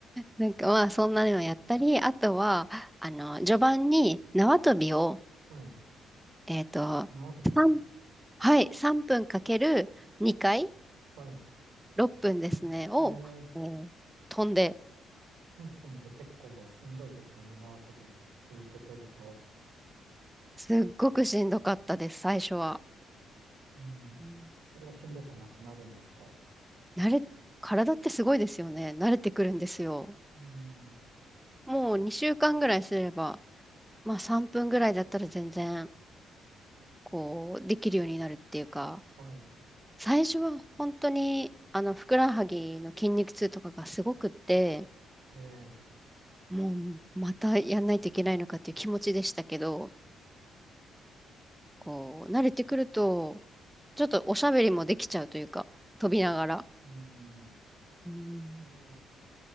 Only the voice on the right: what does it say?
はい。
縄跳び。
はい。
ええ、
分って結構しんどいですよね。縄跳び続けてると。
うん。
それがしんどくなくなるんですか。
うん。
はい。
ええ、
うん。
ええ、